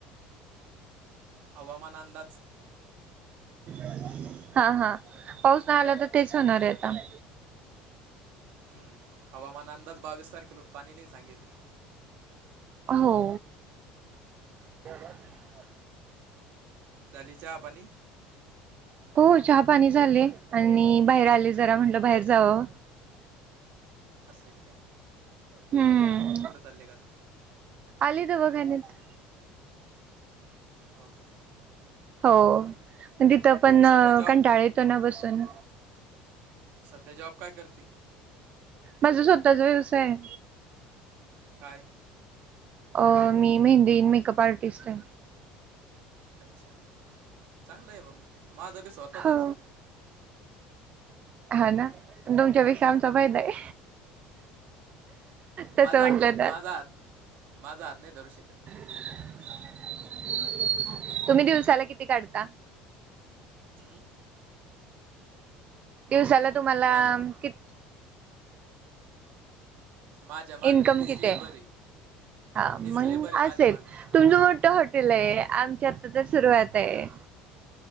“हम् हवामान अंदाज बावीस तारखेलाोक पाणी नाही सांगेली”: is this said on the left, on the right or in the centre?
Right